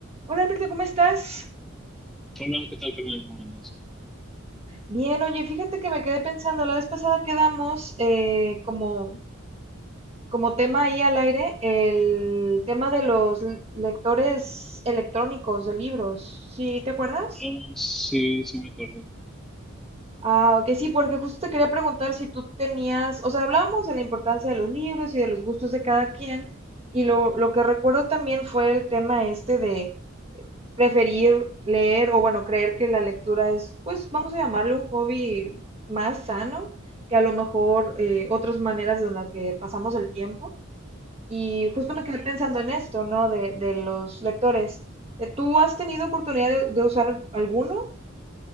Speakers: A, on the right (about 30°); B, in the centre.
A: Hola Alberto, ¿cómo estás?
B: Hola, ¿qué tal, Carmen? ¿Cómo andas?
A: Bien, oye, fíjate que me quedé pensando, la vez pasada quedamos eh, como, como tema ahí al aire el tema de los le- lectores electrónicos de libros, ¿sí te acuerdas?
B: Ah, sí, sí me acuerdo.
A: Ah, ok, sí, porque justo te quería preguntar si tú tenías, o sea, hablábamos de la importancia de los libros y de los gustos de cada quien, y lo, lo que recuerdo también fue el tema este de preferir leer o bueno, creer que la lectura es, pues vamos a llamarlo un hobby más sano que a lo mejor eh, otras maneras de las que pasamos el tiempo. Y
B: Sí,
A: justo
B: definitivamente.
A: me quedé pensando en esto, ¿no? De, de los lectores. Eh, ¿Tú has tenido oportunidad de, de usar alguno?